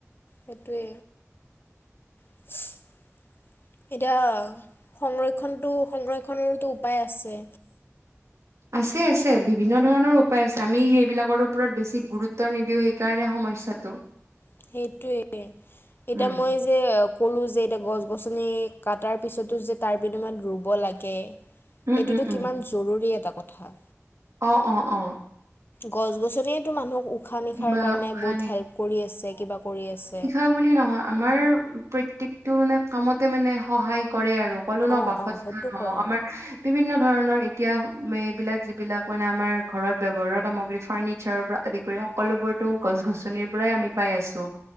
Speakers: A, on the left; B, on the right.
A: সেইটোৱে <unintelligible> এতিয়া সংৰক্ষণটো সংৰক্ষণৰতো উপায় আছে।
B: আছে আছে বিভিন্ন ধৰণৰ উপায় আছে আমি সেইবিলাকৰ ওপৰত বেছি গুৰুত্ব নিদিওঁ সে সেই কাৰণে সমস্যাটো
A: সেইটোৱে এতিয়া
B: উম,
A: মই যে ক'লো যে এতিয়া গছ-গছনি কাটাৰ পিছতো যে তাৰ বিনিময়ত ৰুব লাগে
B: উম,
A: সেইটোতো
B: উম, উম,
A: কিমান জৰুৰী এটা কথা
B: অ অ অ
A: গছ-গছনিয়েতো মানুহক উশাহ-নিশাহৰ
B: উম,
A: কাৰণে
B: উশাহ
A: বহুত হেল্প কৰি আছে কিবা কৰি আছে।
B: হে বুলি নহয় আমাৰ প্ৰত্যেকটো মানে কামতে মানে সহায় কৰে আৰু কলো ন
A: অঁ
B: বাসস্থান
A: অঁ সেইটো কৰে
B: হ আমাৰ বিভিন্ন ধৰণৰ এতিয়া এইবিলাক যিবিলাক মানে আমাৰ ঘৰত ব্যৱহাৰৰ সামগ্ৰী ফাৰ্ণিচাৰৰ পৰা। আদি কৰি সকলোবোৰতো গছ গছনিৰ পৰাই আমি পাই আছো।